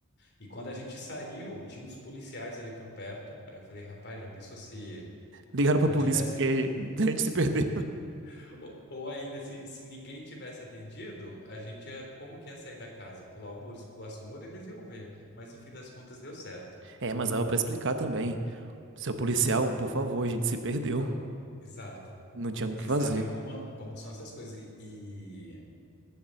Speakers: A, on the left (about 50°); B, on the right (about 55°).
A: E quando a gente saiu, tinha uns policiais ali por perto. Aí eu falei, rapaz, já pensou se
B: Ligaram pra
A: não
B: polícia
A: tivesse.
B: porque <laughs> a gente se perdeu.
A: <laughs> Ou, ou ainda, se, se ninguém tivesse atendido, a gente ia. Como que ia sair da casa? Pular o muro? Se pulasse o muro, eles iam ver. Mas no fim das contas deu certo.
B: É, mas dava pra explicar também. Seu policial, por favor, a gente se perdeu.
A: Por favor. Exato.
B: Não tinha o
A: Vocês
B: que fazer.
A: sabem como, como são essas coisas. E, e